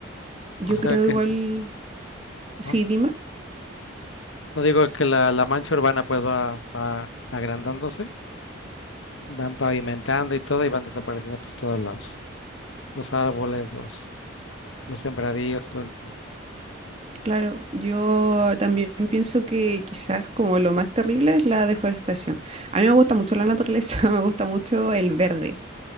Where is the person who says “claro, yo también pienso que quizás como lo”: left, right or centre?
Right